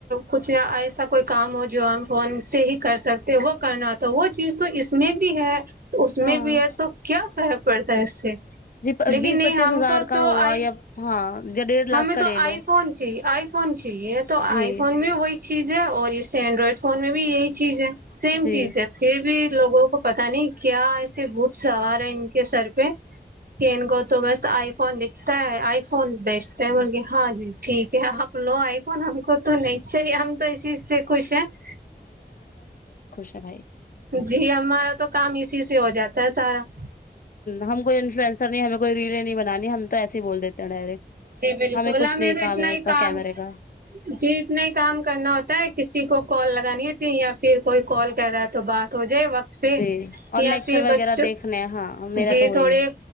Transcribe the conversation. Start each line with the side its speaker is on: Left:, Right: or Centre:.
Right: کچھ ایسا ایسا کوئی کام ہو جو ہم فون سے ہی کر سکتے وہ کرنا تو وہ چیز تو اس میں بھی ہے تو اس
Left: ہاں
Right: میں بھی ہے تو کیا فرق پڑتا ہے اس سے <inaudible>
Left: جی
Right: لیکن
Left: بیس
Right: نہیں
Left: پچیس
Right: ہم
Left: ہزار
Right: کو
Left: <unintelligible>
Right: تو
Left: ہوا
Right: آئی
Left: یا ہاں <inaudible> لاکھ
Right: ہمیں
Left: کا
Right: تو
Left: لے
Right: آئی
Left: لو
Right: فون چاہیے آئی فون چاہیے تو
Left: جی
Right: آئی فون میں وہی <unintelligible> چیز ہے اور اس سے اینڈرائڈ فون میں بھی یہی چیز ہے <unintelligible> سیم
Left: جی
Right: چیز ہے پھر بھی لوگوں کو پتا نہیں کیا ایے بت <unintelligible> سوار ہے ان کے سر پہ کہ ان کو تو بس آئی فون دکھتا ہے آئی فون بیسٹ <unintelligible> مر گ ہاں جی ٹھیک ہے <inaudible> لو آئی فون ہم کو تو نہیں چاہیے ہم تو اسی سے خوش ہے <unintelligible>
Left: اا بھائی <inaudible>
Right: جی ہمارا تو کام اسی سے ہو جاتا ہے سارا <unintelligible>
Left: ہ ہم کوئی انفلوئنسر نہیں ہمیں کوئی ریلیں نہیں بنانی ہم تو ایسے ہی بول دیتے ہیں ڈائریکٹ <unintelligible>
Right: جی بالکل
Left: ہمیں کچھ
Right: ہاں میرے
Left: نہیں کام
Right: اتنا
Left: ہے
Right: ہی کام
Left: کیمرے کا
Right: جی اتنا ہی کام کرنا ہوتا ہے کسی کو کال لگانی ہے یا پھر کوئی کال کر رہا ہے تو بات ہو جائے وقت پہ
Left: جی اور لیکچر
Right: یا پھر
Left: وغیرہ
Right: بچ
Left: دیکھنے ہیں ہاں میرا
Right: جی
Left: تو وہی
Right: تھوڑے
Left: ہے